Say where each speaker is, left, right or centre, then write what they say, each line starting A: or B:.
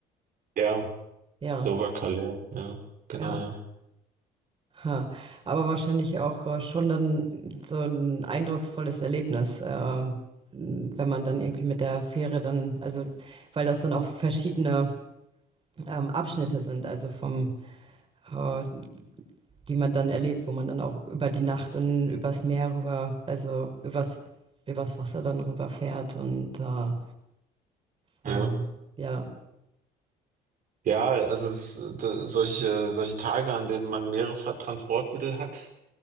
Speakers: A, on the right; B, on the right.
A: ja
B: Ja,
A: Dover-Calais, ja, genau,
B: ja.
A: ja.
B: Ha. Aber wahrscheinlich auch äh, schon dann so ein eindrucksvolles Erlebnis, ähm, wenn man dann irgendwie mit der Fähre dann, also weil das dann auch verschiedene ähm, Abschnitte sind, also vom, äh, die man dann erlebt, wo man dann auch über die Nacht dann übers Meer rüber, also übers, übers Wasser dann rüberfährt und äh, äh,
A: Ja,
B: ja,
A: ja also es, da, solche, solche Tage, an denen man mehrere Ver- Transportmittel hat,